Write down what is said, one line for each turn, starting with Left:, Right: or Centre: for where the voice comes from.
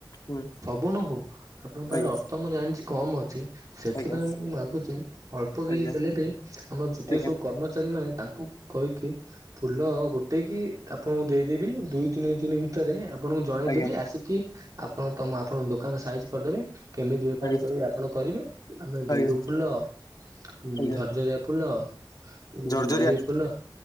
Left: ହୁଁ।
Right: ବ ନ ହଉ ଆପଣଙ୍କ ପାଖରେ
Left: ଆଜ୍ଞା ଆଜ୍ଞା
Right: ଅର୍ଥ ମୁଁ ଜାଣିଛି କମ୍ ଅଛି। ସେଥିପାଇଁ
Left: ଆଜ୍ଞା
Right: ମୁଁ ମାଗୁଚି ଅଳ୍ପ କିଛି
Left: ଆଜ୍ଞା
Right: ଦେଲେ ବି ଆମର ଯେତିକି
Left: ଆଜ୍ଞା
Right: ସବୁ କର୍ମଚାରୀମାନେ ତାଙ୍କୁ କହିକି ଫୁଲ ଗୋଟେଇକି ଆପଣଙ୍କୁ ଦେଇଦେବି ଦୁଇ ତିନି ଦିନି ଭିତରେ ଆପଣଙ୍କୁ ଜଣେଇଦେବି
Left: ଆଜ୍ଞା
Right: ଆସି କି ଆପ ଣ ତମ ଆପଣଙ୍କ ଦୋକାନ ସାଇଜ୍ କରିଦେବି କେମିତି ବେପାର
Left: ଆଜ୍ଞା
Right: କରିବି ଆପଣ କରିବେ ଆମେ
Left: ଆଜ୍ଞା
Right: ଗେଣ୍ଡୁ ଫୁଲ ଉଁ
Left: ଆଜ୍ଞା
Right: ଝରଝରିଆ ଫୁଲ ଉଁ
Left: ଝରଝରିଆ
Right: ମଲ୍ଲୀ
Left: ଆଜ୍ଞା
Right: ଫୁଲ